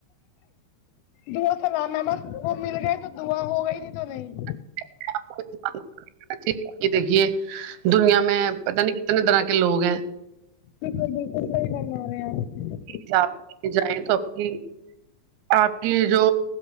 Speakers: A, on the left (about 80°); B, on the right (about 85°).
A: دعا سلام میں مست وہ مل گئے تو دعا ہو گئی نہیں تو نہیں
B: <inaudible> دیکھیے دنیا میں پتہ نہیں کتنے طرح کے لوگ ہیں
A: جی صحیح بالکل صحیح فرمارے ہیں آپ
B: ج آپ جائیں تو آپ کی <unintelligible> آپ کی جو